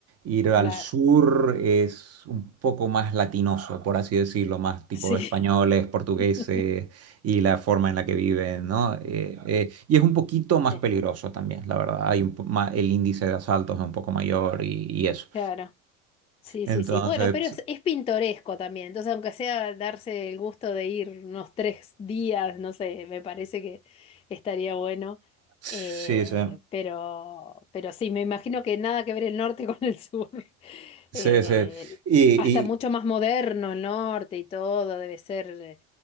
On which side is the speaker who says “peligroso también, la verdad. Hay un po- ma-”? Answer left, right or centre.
Right